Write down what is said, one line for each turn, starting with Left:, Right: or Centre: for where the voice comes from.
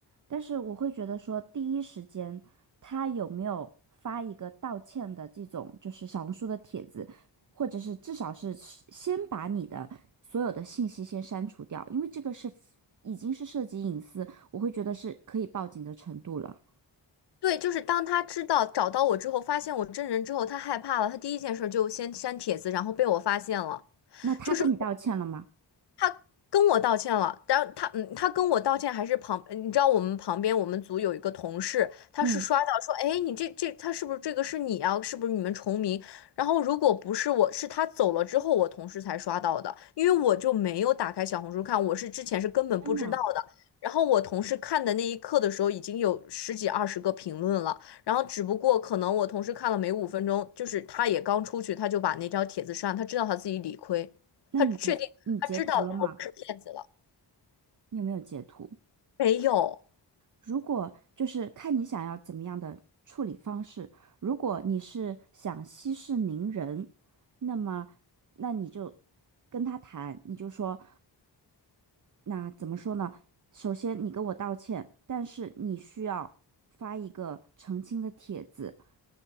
Right: 但是我会觉得说，第一时间他有没有发一个道歉的这种，就是小红书的帖子，或者是至少是先把你的所有的信息先删除掉，因为这个是已经是涉及隐私，我会觉得是可以报警的程度了。
Left: 对，就是当他知道找到我之后，发现我真人之后，他害怕了，他第一件事就先删帖子，然后被我发现了。
Right: 那他跟你道歉了吗？
Left: 就是他跟我道歉了，然后他嗯，他跟我道歉还是旁，你知道我们旁边我们组有一个同事，他是刷到说，
Right: 嗯，
Left: 哎，你这这他是不是这个是你啊？是不是你们重名？然后如果不是我，是他走了之后我同事才刷到的，因为我就没有打开小红书看，我是之前是根本不知道的。
Right: 天呐，
Left: 然后我同事看的那一刻的时候，已经有十几二十个评论了，然后只不过可能我同事看了没五分钟，就是他也刚出去，他就把那条帖子删了，他知道他自己理亏。
Right: 那你截你截图了吗？
Left: 他确定他知道了我不是骗子了，
Right: 你有没有截图？
Left: 没有。
Right: 如果就是看你想要怎么样的处理方式，如果你是想息事宁人，那么那你就跟他谈，你就说，那怎么说呢？首先你跟我道歉，但是你需要发一个澄清的帖子。